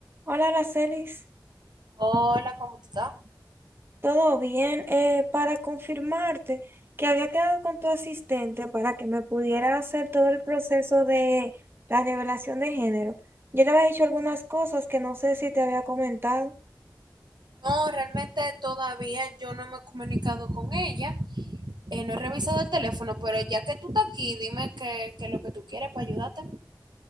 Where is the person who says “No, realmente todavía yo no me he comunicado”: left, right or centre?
Right